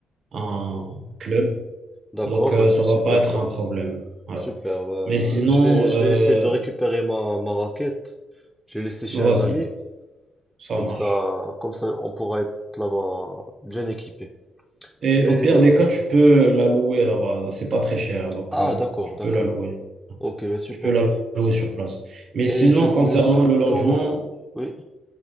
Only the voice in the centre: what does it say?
D'accord,
ben, c'est
super
ça.
Super, bah,
je vais, je
vais essayer de récupérer ma, ma raquette. Je l'ai laissée chez
un ami.
Comme
ça, comme ça, on pourra être là-bas bien équipé.
Et,
ah,
d'accord,
d'accord.
Ok, bah, super.
Et
je voulais
surtout,
oui.